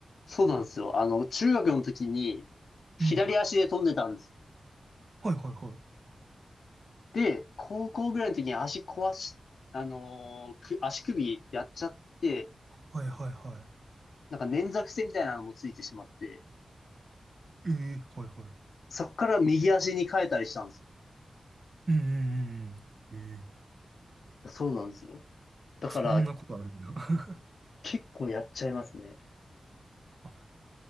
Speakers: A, on the left (about 75°); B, on the right (about 45°).
A: そうなんですよ。あの、中学の時に左足で飛んでたんです。
B: うん。はいはいはい。
A: で、高校ぐらいの時に足壊し、あのーく足首やっちゃって、
B: はいはいは
A: なんか捻挫癖みたいなのもついてしまって、
B: い。ええはいはい。
A: そっから右足に変えたりしたんです。
B: うんうんうんうん。ええ
A: そうなんですよ。だから
B: そんなことあるんだ。<laughs>
A: 結構やっちゃいますね。
B: あ、